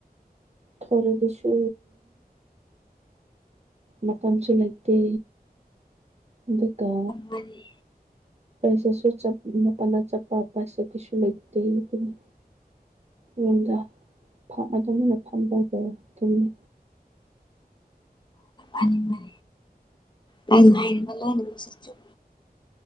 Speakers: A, on the right; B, on the left.
A: ꯊꯣꯔꯒꯁꯨ ꯃꯇꯝꯁꯨ ꯂꯩꯇꯦ ꯑꯗꯨꯒ
B: ꯃꯥꯅꯤ
A: ꯄꯩꯁꯥꯁꯨ ꯃꯄꯥꯜꯗ ꯆꯠꯄ ꯄꯩꯁꯥ ꯀꯩꯁꯨ ꯂꯩꯇꯦ ꯑꯗꯨꯅꯤ ꯔꯨꯝꯗ ꯑꯗꯨꯃꯥꯏꯅ ꯐꯝꯕꯗꯣ ꯗꯨꯨꯝꯃꯤ
B: ꯑꯅꯤꯅꯤ <unintelligible>